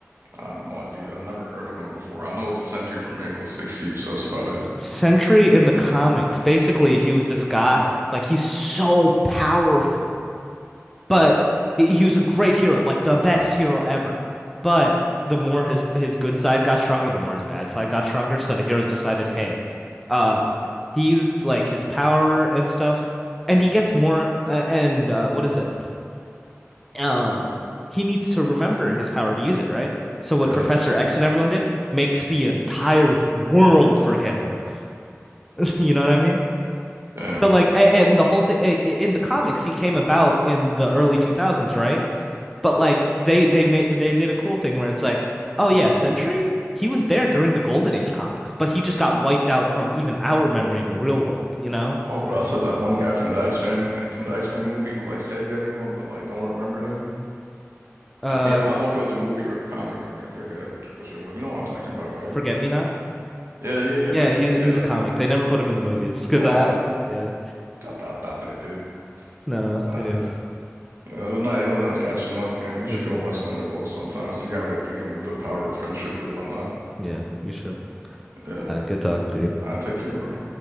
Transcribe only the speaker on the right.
I have no idea. I've never heard of him before. I know the Sentry from Rainbow Six Siege. That's about it.
Yeah.
Damn.
Oh, bro,
I like that one guy from the X-Men from the X-Men movie who like saved everyone, but like no one remembered him.
I think I don't know if it was a movie or a comic. I forget which which it was. You know what I'm talking about, right?
Yeah, yeah, yeah.
That
yeah,
that
guy.
Oh,
I thought
I thought, I thought they did.
Uh,
it was nice. It was nice catching up, man. We should
go
watch
Thunderbolts
sometime. See how they beat him with the power of friendship or whatnot.
Yeah.
Uh, take care, bro.